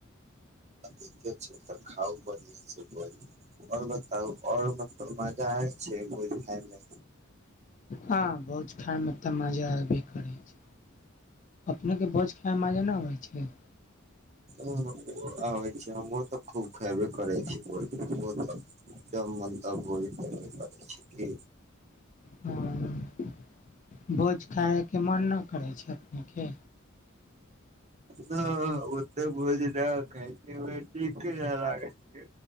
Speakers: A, on the right; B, on the left.
A: ठीके छै तऽ खाउ बढ़िया से भोज और बताउ और मतलब मजा आय छै भोज खाइमे
B: हां भोज खाय मे तऽ मजा अबै करै छै अपनेे के भोज खाय मे मजा नहि अबइ छै
A: ओ आबै छै <inaudible> हमहु तऽ खूब खेबे करै छी त जब मन तब भोज खाएबे करै छी की
B: हँ भोज खायके मन नहि करै छै अपनेके
A: ह ओ तऽ भोज क लागै छै